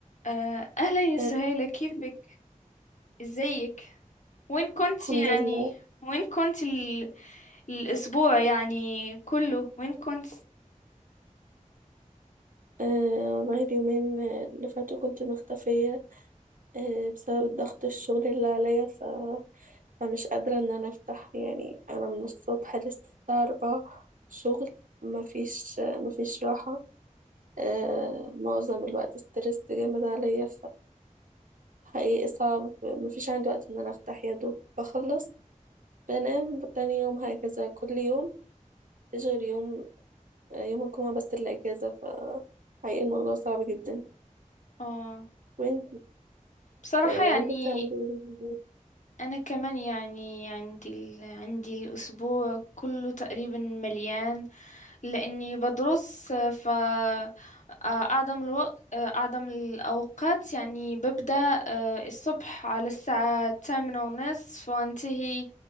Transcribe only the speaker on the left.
آه، أهلا يا سهيلة
كيفك؟ ازيك؟ وين كنت
يعني؟
وين كنت ال... الأسبوع يعني كله؟ وين كنت؟
آه
بصراحة
يعني
انا كمان يعني عندي ال... عندي الاسبوع كله تقريبا مليان لاني بدرس ف آه، اعظم الوقت اعظم الاوقات يعني ببدا آه، الصبح على الساعه الثامنة ونصف وانتهي